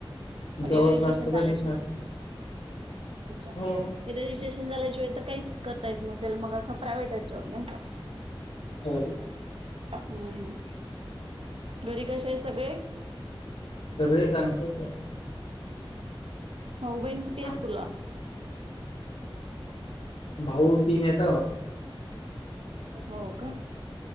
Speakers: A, on the right; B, on the left.
A: पण
B: जवळपास
A: हेथ र रिस्टेशन
B: तर
A: चालेयच.
B: कधीच नसतात.
A: च्
B: हो.
A: हे रिट्रेशन झाल्या तर काही कर. त नसेल मग असं प्रायव्हेटच जॉब नाही का?
B: हम
A: हम ह घरी कसे आहेत सगळे
B: सगळे चांगले का
A: भाऊ बहीण किती
B: हा
A: आहेत तुला
B: भाऊ तीन आहेत
A: हो का